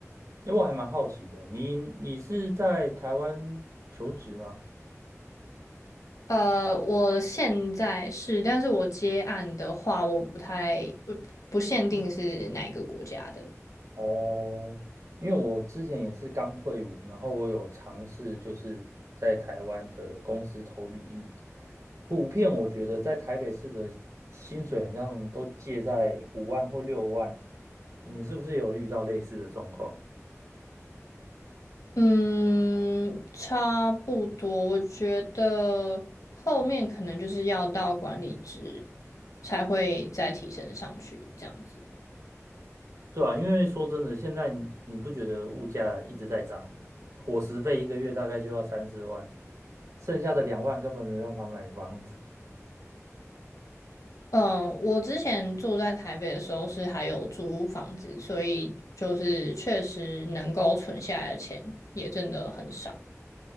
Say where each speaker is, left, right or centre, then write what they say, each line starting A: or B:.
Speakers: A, on the right; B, on the left.
A: 因为我还蛮好奇的，你你是在台湾求职吗？
B: 呃，我现在是，但是我接案的话，我不太不不限定是哪一个国家的。
A: 哦，因为我之前也是刚退伍，然后我有尝试就是在台湾的公司投履历，普遍我觉得在台北市的薪水好像都介在五万或六万，你是不是有遇到类似的状况？
B: 嗯，差不多，我觉得后面可能就是要到管理职才会再提升上去这样子。
A: 对啊，因为说真的，现在你你不觉得物价一直在涨，伙食费一个月大概就要三四万，剩下的两万根本没办法买房子。
B: 嗯，我之前住在台北的时候是还有租房子，所以就是确实能够存下来的钱也真的很少。